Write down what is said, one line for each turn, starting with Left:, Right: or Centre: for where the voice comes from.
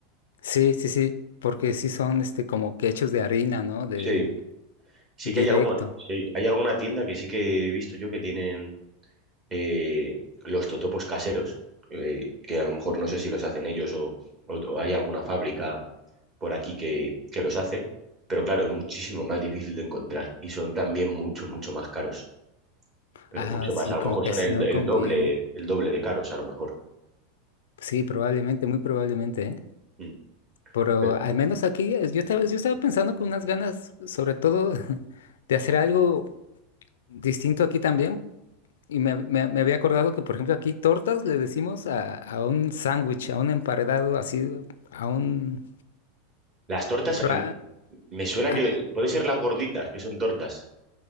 Left: Sí, sí, sí, porque sí son este como que hechos de harina, ¿no? De
Right: Sí, sí
Left: directo.
Right: que hay alguna, sí, hay alguna tienda que sí que he visto yo que tienen eh, los totopos caseros, eh, que a lo mejor no sé si los hacen ellos o, o- o hay alguna fábrica por aquí que, que los hace, pero claro, es muchísimo más difícil de encontrar y son también mucho, mucho más caros, pero
Left: Ah,
Right: mucho más,
Left: sí,
Right: a lo
Left: como
Right: mejor
Left: que
Right: son
Left: así
Right: el,
Left: no
Right: el
Left: conviene.
Right: doble, el doble de caros a lo mejor.
Left: Sí, probablemente, muy probablemente, ¿eh?
Right: Mm.
Left: Pero
Right: Pero
Left: al menos aquí es- yo estaba, yo estaba pensando con unas ganas, sobre todo, <laughs> de hacer algo distinto aquí también, Y me, me- me había acordado que, por ejemplo, aquí tortas le decimos a, a un sándwich, a un emparedado, así, a un...
Right: las tortas,
Left: pra-
Right: a mí- me suena
Left: a-
Right: que
Left: a-
Right: puede ser las gorditas, que son tortas.